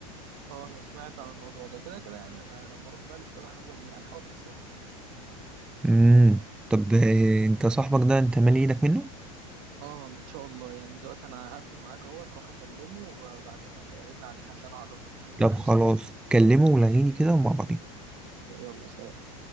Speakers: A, on the right; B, in the centre.
A: اه انا سمعت عن الموضوع ده كده كده يعني انا لما اروح بقى الاستاد هنفضل هنحاول نسلك يعني
B: امم طب آه، انت صاحبك ده انت مالي ايدك منه
A: اه ان شاء الله يعني دلوقتي انا هقفل معاك اهو تروح اكلمه وبعدين ارن عليك عشان اعرفك ايه اللي
B: طب
A: هيحصل
B: خلاص كلمه ولغيني كده ومع بعضين
A: يلا سلام